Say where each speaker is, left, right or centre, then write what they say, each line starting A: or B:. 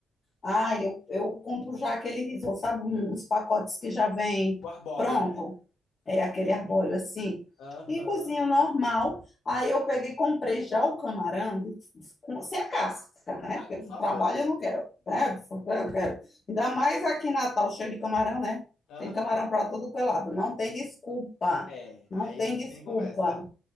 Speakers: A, on the left; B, on the left.
A: Ai, eu, eu compro já aquele risoto, sabe, uns pacotes que já vem
B: O arbóreo,
A: pronto,
B: né?
A: é aquele arbóreo assim,
B: Aham.
A: e cozinho normal. Aí eu peguei e comprei já o camarão com- sem a casca, né?
B: Ai,
A: Porque
B: por
A: pro
B: favor,
A: trabalho
B: né?
A: eu não quero, né?
B: É.
A: Eu quero. Ainda mais aqui em Natal, cheio de camarão, né?
B: Aham.
A: Tem camarão para todo que é lado, não tem desculpa,
B: É.
A: não
B: Aí
A: tem
B: não
A: desculpa
B: tem conversa.